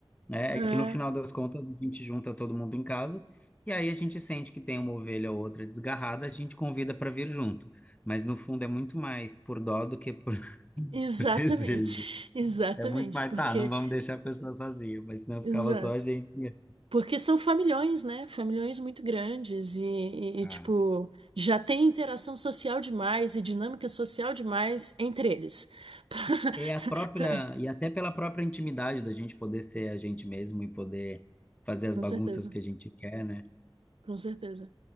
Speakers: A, on the left; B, on the right.
A: né?
B: é,
A: É que no final das contas a gente junta todo mundo em casa e aí a gente sente que tem uma ovelha ou outra desgarrada, a gente convida para vir junto. Mas no fundo é muito mais por dó do que por, <laughs>
B: exatamente,
A: por desejo.
B: <laughs> exatamente,
A: É muito mais,
B: porque,
A: tá, não vamos deixar a pessoa sozinha, mas senão
B: exato.
A: ficava só a gente mesmo.
B: Porque são familhões, né? Familhões muito grandes e, e,
A: Ah.
B: e, tipo, já tem interação social demais e dinâmica social demais entre eles. <laughs>
A: É a própria, e até pela própria intimidade da gente poder ser a gente mesmo e poder fazer as
B: Com
A: bagunças
B: certeza.
A: que a gente quer, né?
B: Com certeza.